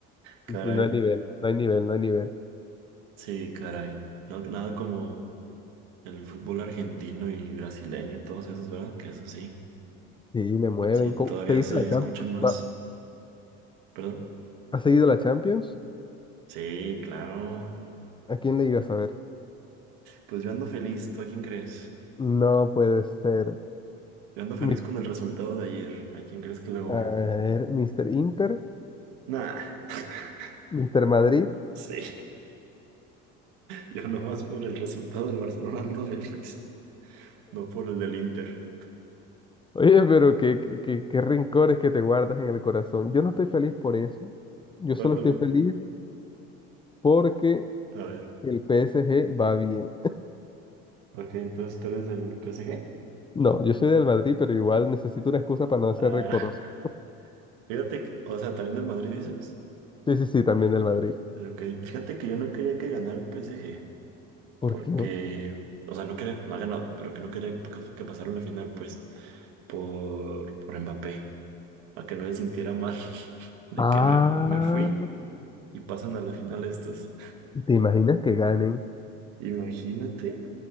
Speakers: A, on the right (about 80°); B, on the left (about 15°).
A: Caray,
B: Y no hay nivel, no hay nivel, no hay nivel.
A: sí, caray. No, nada como el fútbol argentino y brasileño y todos esos, ¿verdad? Que eso sí,
B: Sí, le mueven.
A: sí, todavía
B: ¿Cómo- ¿Seguiste
A: se
B: la
A: escuchan
B: Champions?
A: más.
B: Va-
A: ¿Perdón?
B: ¿Has seguido la Champions?
A: Sí, claro.
B: ¿A quién le ibas a ver?
A: Pues yo ando feliz, ¿tú a quién crees?
B: No puede ser.
A: Yo ando feliz
B: Mi-
A: con el resultado de ayer. ¿A quién crees que le voy?
B: A ver, Mr. Inter.
A: Nah, <laughs>
B: Mister Madrid.
A: sí, yo nomás por el resultado del Barcelona ando feliz. No por el del Inter.
B: Oye, pero qué, qué, qué- qué rencores que te guardas en el corazón. Yo no estoy feliz por eso. Yo
A: ¿Tú
B: solo
A: a cuál?
B: estoy feliz porque
A: A ver.
B: el PSG va bien.
A: Ok, entonces tú eres del PSG.
B: No, yo soy del Madrid, pero igual necesito una excusa para no hacer
A: Ah,
B: reconocido.
A: <laughs> fíjate que, o sea, también del Madrid dices.
B: Sí, sí, sí, también del Madrid.
A: Ok, fíjate que yo no quería que ganara el PSG,
B: ¿Por
A: porque,
B: qué?
A: o sea, no quería, no ha ganado, pero que no quería que, que pasara la final, pues, por, por Mbappé, a que no se sintiera mal <laughs> de
B: Ah,
A: que me, me fui y pasan a la final estos.
B: ¿te imaginas que ganen?
A: Imagínate.